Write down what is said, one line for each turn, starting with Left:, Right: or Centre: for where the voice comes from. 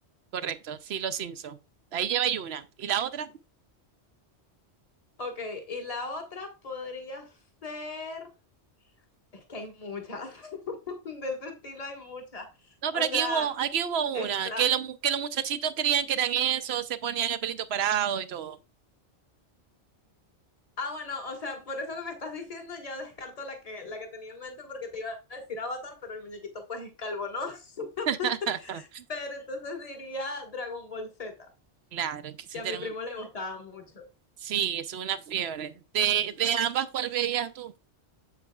Right: correcto, sí, los Simpson. Ahí lleva y una. ¿Y la otra?
Left: Ok, y la otra podría ser, es que hay muchas, <laughs> de ese estilo hay muchas.
Right: No,
Left: O
Right: pero aquí
Left: sea,
Right: hubo, aquí hubo
Left: está,
Right: una, que, los mu- que los muchachitos creían que eran eso, se ponían el pelito parado y todo.
Left: ah, bueno, o sea, por eso que me estás diciendo ya descarto la que, la que tenía en mente porque te iba a decir Avatar, pero el muñequito pues es calvo, ¿no? <laughs>
Right: <laughs>
Left: Pero entonces diría Dragon Ball Z,
Right: Claro, que se
Left: que a
Right: tienen
Left: mi primo
Right: un...
Left: le gustaba mucho.
Right: Sí, es una fiebre. De, de ambas, ¿cuál veías tú?